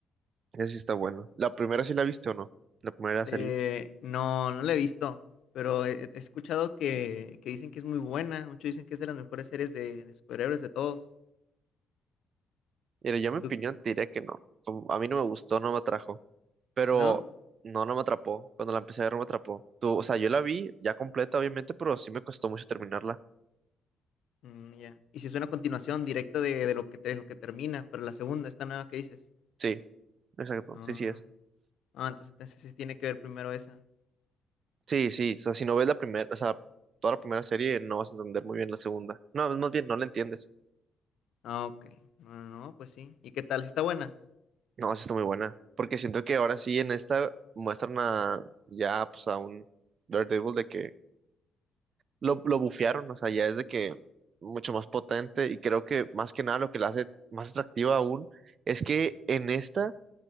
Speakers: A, on the right; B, on the left.
A: Esa sí está buena. ¿La primera sí la viste o no? La primera serie.
B: Eh, no, no la he visto, pero he, he escuchado que, que dicen que es muy buena. Muchos dicen que es de las mejores series de, de superhéroes de todos.
A: Mira, yo en mi opinión
B: ¿Tú-
A: te diría que no. Como- A mí no me gustó, no me atrajo. Pero
B: ¿No?
A: no, no me atrapó. Cuando la empecé a ver no me atrapó. Tú, o sea, yo la vi ya completa, obviamente, pero sí me costó mucho terminarla.
B: Mm, ya. Y si es una continuación directa de, de lo que, te- lo que termina, pero la segunda, esta nueva que dices.
A: Sí, exacto.
B: Ah,
A: Sí, sí es.
B: ah, entonces, entonces sí tiene que ver primero esa.
A: Sí, sí. O sea, si no ves la primera, o sea, toda la primera serie, no vas a entender muy bien la segunda. No, más bien, no la entiendes.
B: Ah, ok. No, no, no, pues sí. ¿Y qué tal? ¿Si está buena?
A: No, sí está muy buena. Porque siento que ahora sí en esta muestran a, ya, pues a un... Daredevil de que lo, lo bufearon, o sea, ya es de que mucho más potente y creo que más que nada lo que la hace más atractiva aún es que en esta